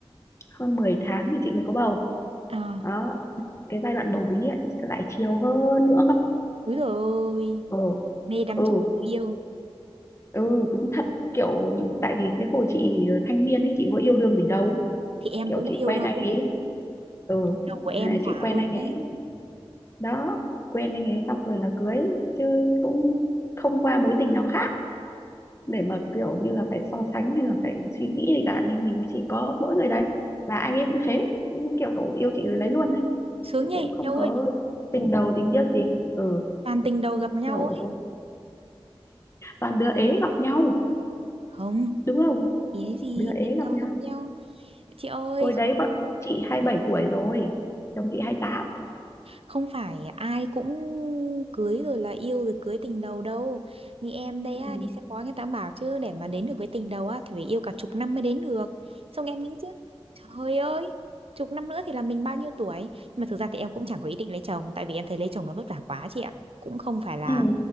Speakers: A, on the left (about 30°); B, on the right (about 70°).
A: hơn 10 tháng thì chị mới có bầu
B: à
A: đó cái giai đoạn bầu bí ấy, lại chiều hơn nữa cơ
B: úi dồi ôi
A: ừ
B: mê đắm
A: ừ
B: trong tình yêu
A: ừ đúng thật kiểu tại vì cái hồi chị thanh niên ấy chị có yêu đương gì đâu
B: thì em
A: kiểu
B: cũng
A: chị
B: có yêu
A: quen
B: đâu
A: anh ấy ừ
B: đầu của
A: Là
B: em
A: chị
B: thả
A: quen
B: hơn
A: anh ấy
B: đấy
A: đó quen anh ấy xong rồi là cưới chứ cũng không qua mối tình nào khác để mà kiểu như là phải so sánh hay là phải suy nghĩ gì cả nên mình chỉ có mỗi người đấy và anh ấy cũng thế cũng kiểu yêu chị rồi lấy luôn đấy
B: sướng
A: chứ
B: nhỉ
A: cũng không
B: em
A: có
B: ơi
A: tình đầu tình tiếc gì ừ
B: toàn tình đầu gặp nhau
A: kiểu
B: ấy
A: toàn đứa ế gặp nhau
B: không
A: đúng không
B: ý gì
A: đứa ế
B: tình
A: gặp
B: đầu
A: nhau
B: gặp nhau chị ơi
A: hồi đấy bọn chị hai bảy tuổi rồi chồng chị 28
B: không phải ai cũng cưới rồi là yêu rồi cưới tình đầu đâu như em đấy
A: ừ.
B: á, đi xem bói người ta bảo chứ để mà đến được với tình đầu á thì phải yêu cả chục năm mới đến được xong em nghĩ chứ trời ơi chục năm nữa thì là mình bao nhiêu tuổi nhưng mà thực ra thì em cũng chẳng có ý định lấy chồng tại vì em thấy lấy chồng nó vất vả quá chị ạ cũng không phải là
A: Ừ.